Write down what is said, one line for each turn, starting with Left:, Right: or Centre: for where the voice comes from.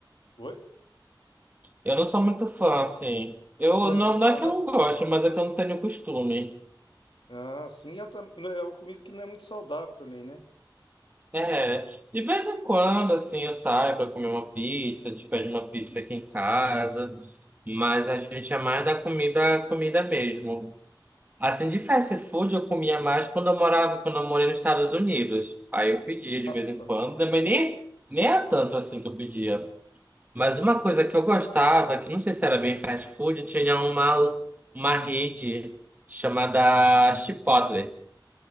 Left: Oi?
Right: Eu não sou muito fã, assim. Eu
Left: Não é
Right: não,
Left: muito
Right: não
Left: fã,
Right: é
Left: não?
Right: que eu não goste, mas é que eu não tenho costume.
Left: Ah, sim, e ela tam- não, é uma comida que não é muito saudável também, né?
Right: É. De vez em quando, assim, eu saio pra comer uma pizza, a gente pede uma pizza aqui em casa. Mas a gente é mais da comida, comida mesmo. Assim, de fast food eu comia mais quando eu morava, quando eu morei nos Estados Unidos. Aí eu pedia de
Left: Ah,
Right: vez em
Left: tá.
Right: quando, né, nem, nem era tanto assim que eu pedia. Mas uma coisa que eu gostava, que não sei se era bem fast food, tinha uma, uma rede chamada Chipotle,